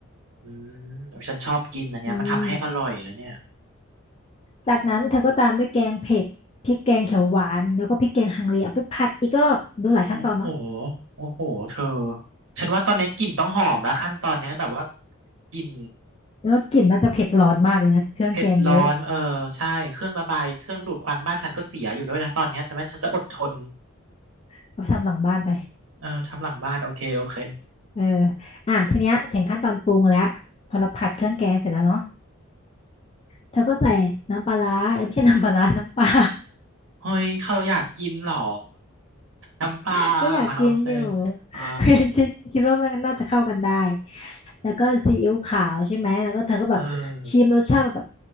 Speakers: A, on the right (about 75°); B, on the left (about 25°).
A: อืมเดี๋ยวฉันชอบกินอันเนี้ยมันทำให้อร่อยนะเนี่ย
B: อืม จากนั้นเธอก็ตามด้วยแกงเผ็ดพริกแกงเขียวหวานแล้วก็พริกแกงฮังเลเอาไปผัดอีกรอบดูหลายขั้นตอนเนาะ
A: โอ้โหโอ้โหเธอฉันว่าตอนนี้กลิ่นต้องหอมแล้วขั้นตอนเนี้ยแบบว่ากลิ่น
B: แล้วก็กลิ่นน่าจะเผ็ดร้อนมากเลยนะเครื่องแกงเยอะ
A: เผ็ดร้อนเออใช่เครื่องระบายเครื่องดูดควันบ้านฉันก็เสียอยู่ด้วยนะตอนเนี้ยแต่แม่ฉันจะอดทน
B: เอาไปทำหลังบ้านไป
A: เออทำหลังบ้านโอเคโอเค
B: เอออ่ะทีเนี้ยถึงขั้นตอนปรุงแล้วพอเราผัดเครื่องแกงเสร็จแล้วเนาะเธอก็ใส่น้ำปลาร้าเอ้ยไม่ใช่น้ำปลาร้า <laughs> น้ำปลา
A: เฮ้ยเธออยากกินเหรอน้ำปลา
B: <laughs> ก็อยากกินอยู่
A: อ่ะโอเคอ่า
B: <laughs> ฉันคิดว่ามันน่าจะเข้ากันได้แล้วก็ซีอิ๊วขาวใช่ไหมแล้วก็เธอก็แบบ
A: เออ
B: ชิมรสชาติแบบ